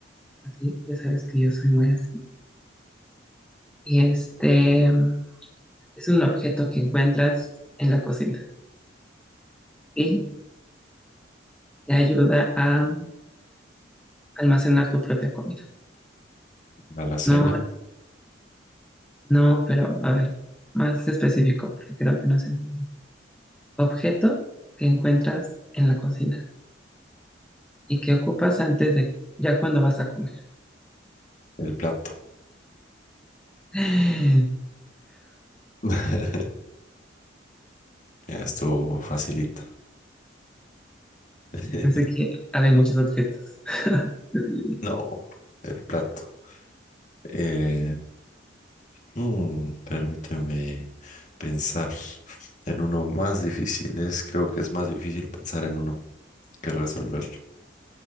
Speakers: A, in the centre; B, on the left.
A: así, ya sabes que yo soy muy así. Y este es un objeto que encuentras en la cocina y te ayuda a almacenar tu propia comida.
B: La alacena,
A: No No, pero a ver, más específico, porque creo que no se entendió. Objeto que encuentras en la cocina y que ocupas antes de, ya cuando vas a comer.
B: el plato.
A: <gasps> <sighs>
B: <laughs> Ya estuvo facilito. <laughs>
A: Yo sé que había muchos objetos. <laughs>
B: No, el plato. Eh, mm, permíteme pensar en uno más difícil. Es, creo que es más difícil pensar en uno que resolverlo.